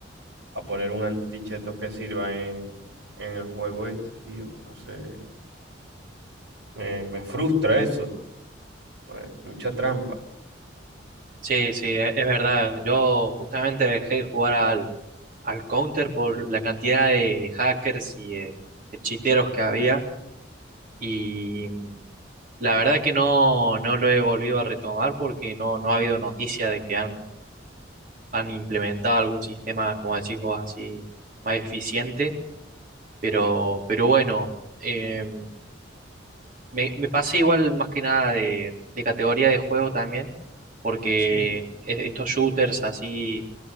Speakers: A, on the right; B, on the right.
A: a poner un anticheto que sirva en, en el juego este, tío. No sé. Me, me frustra eso. Pues, mucha trampa.
B: Sí, sí, e- es verdad. Yo justamente dejé de jugar al, al Counter por la cantidad de hackers y de, de chiteros que había. Y la verdad que no, no lo he volvido a retomar porque no, no ha habido noticia de que han, han implementado algún sistema, como decís vos, así más eficiente, pero, pero bueno, eh, me, me pasé igual más que nada de, de categoría de juego también, porque
A: Sí.
B: e- estos shooters así